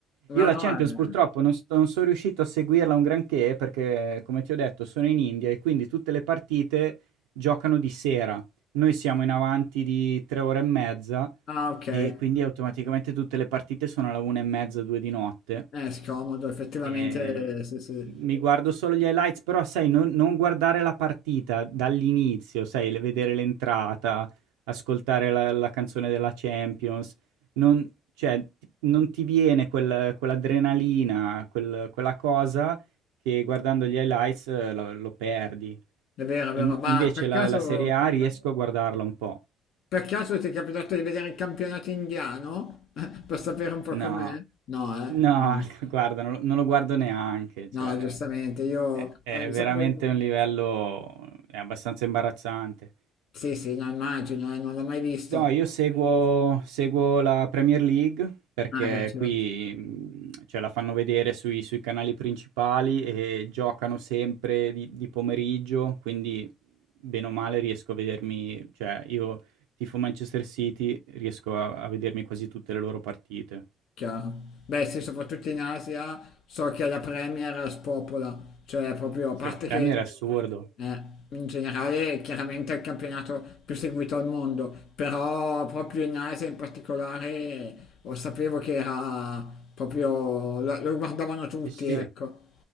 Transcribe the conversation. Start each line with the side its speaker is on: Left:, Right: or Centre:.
Left: No,
Right: Io la
Left: no,
Right: Champions
Left: eh,
Right: purtroppo non, sto- non sono riuscito a seguirla un granché perché, come ti ho detto, sono in India e quindi tutte le partite giocano di sera. Noi siamo in avanti di tre ore e mezza
Left: ah, ok. Eh,
Right: e quindi automaticamente tutte le partite sono alla una e mezza, due di notte.
Left: È scomodo, effettivamente,
Right: Ehm,
Left: sì, sì.
Right: mi guardo solo gli highlights, però sai non non guardare la partita dall'inizio, sai le vedere l'entrata, ascoltare la la canzone della Champions, non cioè t- non ti viene quel quell'adrenalina, quel quella cosa che guardando gli highlights eh, lo lo perdi.
Left: È vero, è vero.
Right: In
Left: Ma
Right: invece
Left: per
Right: la
Left: caso...
Right: la Serie A riesco a guardarla un po'.
Left: Per caso ti è capitato di vedere il campionato indiano? <laughs> Per sapere un po'
Right: No,
Left: com'è? No, eh?
Right: no,
Left: Mm.
Right: <laughs> guarda, non lo non lo guardo neanche, cioè
Left: No, giustamente, io
Right: è è
Left: eh,
Right: veramente
Left: sapevo...
Right: un livello è abbastanza imbarazzante.
Left: Sì, sì, no, immagino, eh, non l'ho mai visto.
Right: No, io seguo seguo la Premier League perché
Left: Ah, beh, certo.
Right: qui, mhmm, cioè la fanno vedere sui sui canali principali e giocano sempre di di pomeriggio, quindi bene o male riesco a vedermi cioè io tifo Manchester City, riesco a a vedermi quasi tutte le loro partite.
Left: Chiaro. Beh, sì, soprattutto in Asia so che la Premier spopola, cioè proprio
Right: Sì,
Left: a parte
Right: a Premier
Left: che
Right: è assurdo.
Left: eh, in generale chiaramente è il campionato più seguito al mondo, però proprio in Asia in particolare lo sapevo che era proprio lo, lo guardavano tutti,
Right: Sì, sì.
Left: ecco.